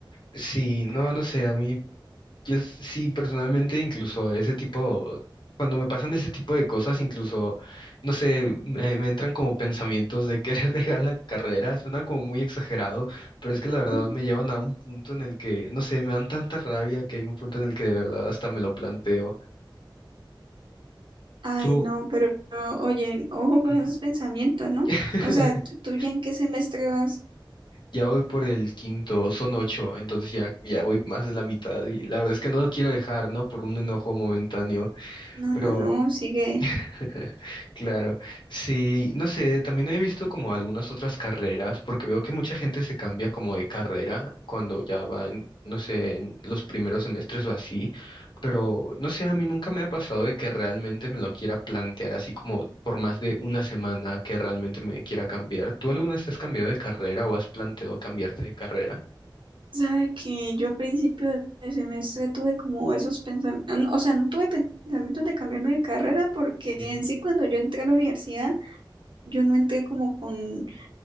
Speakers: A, on the left (about 60°); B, on the right (about 70°).
A: Sí, no, no sé, a mí Yo s- sí, personalmente, incluso ese tipo, cuando me pasan ese tipo de cosas, incluso, no sé, me, me entran como pensamientos de querer <laughs> dejar la carrera, suena como muy exagerado, pero es que la
B: <laughs>
A: verdad me llevan a un punto en el que, no sé, me dan tanta rabia que hay un punto en el que de verdad hasta me lo planteo.
B: Ay,
A: Tú,
B: no, pero pero, oye, ojo con
A: Ujú.
B: esos pensamientos, ¿no?
A: <laughs>
B: O sea, ¿tú, tú ya en qué semestre vas?
A: ya voy por el quinto, son ocho, entonces ya, ya voy más de la mitad y la verdad es que no lo quiero dejar, ¿no? Por un enojo momentáneo,
B: No,
A: pero...
B: no, no, sigue.
A: <laughs> Claro, sí, no sé, también he visto como algunas otras carreras, porque veo que mucha gente se cambia como de carrera cuando ya van, no sé, en los primeros semestres o así, pero no sé, a mí nunca me ha pasado de que realmente me lo quiera plantear así como por más de una semana que realmente me quiera cambiar. ¿Tú alguna vez te has cambiado de carrera o has planteado cambiarte de carrera?
B: Sabe que yo a principio de semestre tuve como esos pensamientos, o sea, no tuve pensamientos de cambiarme de carrera porque
A: Ujú.
B: en sí cuando yo entré a la universidad, yo no entré como con